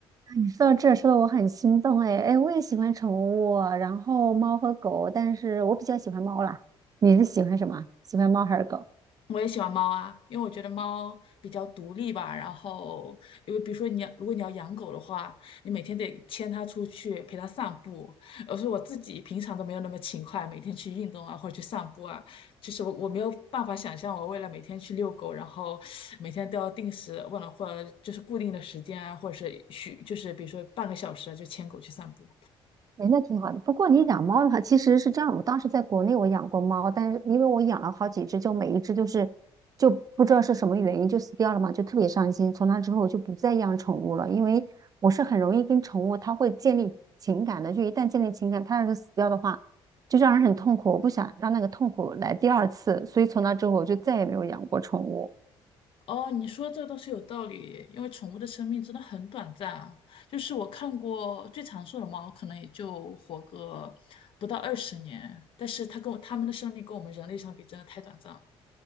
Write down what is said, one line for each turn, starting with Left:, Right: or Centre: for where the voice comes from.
Right: 你说到这儿说的我很心动哎哎，我也喜欢宠物，然后猫和狗，但是我比较喜欢猫啦。你是喜欢什么？喜欢猫还是狗？
Left: 我也喜欢猫啊，因为我觉得猫比较独立吧。然后，因为比如说你要，如果你要养狗的话，你每天得牵它出去陪它散步。而是我自己平常都没有那么勤快，每天去运动啊或者去散步啊，就是我我没有办法想象我为了每天去遛狗，然后每天都要定时，忘了或者就是固定的时间啊，或者是许就是比如说半个小时啊就牵狗去散步。
Right: 哎，那挺好的。不过你养猫的话，其实是这样。我当时在国内我养过猫，但是因为我养了好几只，就每一只就是就不知道是什么原因就死掉了嘛，就特别伤心。从那之后我就不再养宠物了，因为我是很容易跟宠物它会建立情感的。就一旦建立情感，它要是死掉的话，就让人很痛苦。我不想让那个痛苦来第二次，所以从那之后我就再也没有养过宠物。
Left: 哦，你说的这个倒是有道理，因为宠物的生命真的很短暂啊。就是我看过最长寿的猫，可能也就活个不到二十年，但是它跟我它们的生命跟我们人类相比，真的太短暂了。